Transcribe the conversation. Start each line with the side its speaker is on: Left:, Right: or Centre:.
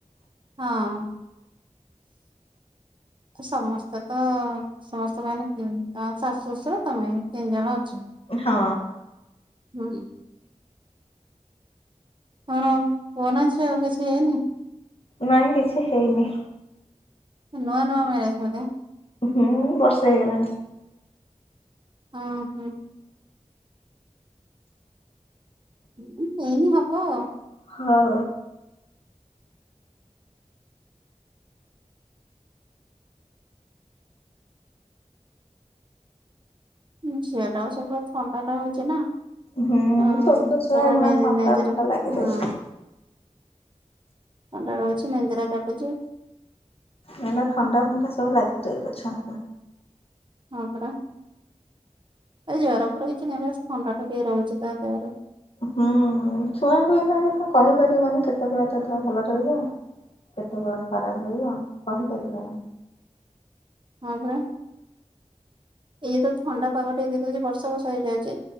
Right: ହଁ। ସମସ୍ତେ ତ। ସମସ୍ତଙ୍କ ପାଇଁ କି ଶାଶୁ ଶ୍ୱଶୁର ତମେ ତିନିଜଣ ଅଛ?
Left: ହଁ।
Right: ହୁଁ। କଣ ପୁଅ ନା ଝିଅ କିଛି ହେଇନି?
Left: ନାଇଁ କିଛି ହେଇନି।
Right: ନୂଆ ନୂଆ ମ୍ୟାରେଜ ବୋଧେ?
Left: ହୁଁ ବର୍ଷେ ହେଇଗଲାଣି।
Right: ହଁ ହଁ। ହୁଁ ହେଇନି ହବ।
Left: ହଁ।
Right: ହୁଁ ଝିଅଟାକୁ ସବୁବଳେ ଥଣ୍ଡାଟା ହଉଛି ନା।
Left: ହୁଁ
Right: ଅଁ
Left: ଛୋଟ ଛୁଆ
Right: ସବୁ
Left: ଏଇଖୁଣା
Right: ମାନେ
Left: ଥଣ୍ଡା
Right: ନେଞ୍ଜର
Left: ଫଣ୍ଡା ଲାଗି
Right: ହଁ।
Left: ରହିବ
Right: ଥଣ୍ଡା ରହୁଛି ନେଞ୍ଜେରା କାଟୁଚି।
Left: ଏଇନା ଥଣ୍ଡା ଫଣ୍ଡା ସବୁ ଲାଗି ରହିବ ଛୁଆଙ୍କୁ।
Right: ହଁ ପରା ଏ ଜର ଫର କିଛି ନାଇଁ ବାସ୍ ଥଣ୍ଡାଟା ଟିକେ ରହୁଛି ତା ଦେହରେ।
Left: ହୁଁ ଛୁଆଙ୍କୁ ଏଇନାକେ ତ କହିପାରିବନି କେତେବେଳେ ତା ଦେହ ଭଲ ରହିବ। କେତେବେଳେ ଖରାପ ରହିବ କହିପାରିବନି।
Right: ହଁ ପରା। ଇଏ ତ ଥଣ୍ଡା ପାଗ ଟିକେ ଦେଇଦଉଛି ବର୍ଷା ଫର୍ଷା ହେଇଯାଉଛି